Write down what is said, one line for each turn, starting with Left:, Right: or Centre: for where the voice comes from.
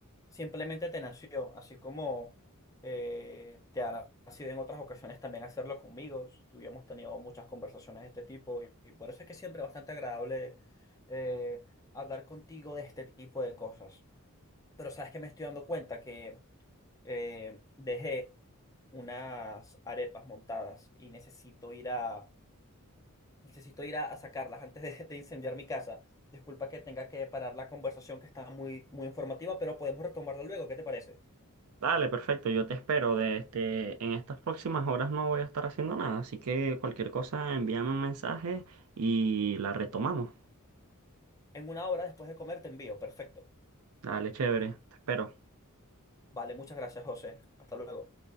Left: simplemente te nació, así como eh, te ha nacido en otras ocasiones también hacerlo conmigo. Tuvimos tenido muchas conversaciones de este tipo y, y por eso es que siempre es bastante agradable eh, hablar contigo de este tipo de cosas. Pero sabes que me estoy dando cuenta que eh, dejé unas arepas montadas y necesito ir a, necesito ir a, a sacarlas antes de, de incendiar mi casa. Disculpa que tenga que parar la conversación que está muy, muy informativa, pero podemos retomarla luego. ¿Qué te parece?
Right: Dale, perfecto, yo te espero. De este, en estas próximas horas no voy a estar haciendo nada, así que cualquier cosa envíame un mensaje y la retomamos.
Left: En una hora después de comer te envío. Perfecto.
Right: Dale, chévere, te espero.
Left: Vale, muchas gracias, José. Hasta luego.